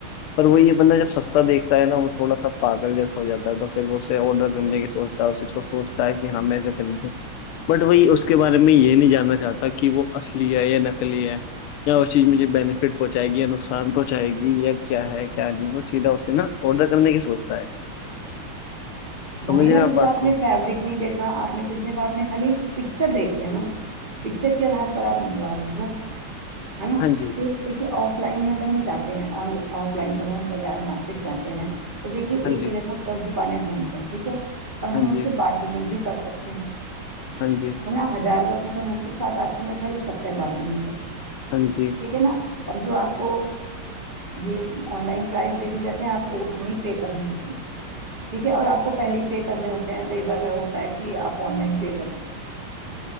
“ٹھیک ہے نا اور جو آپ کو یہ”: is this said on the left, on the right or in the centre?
Right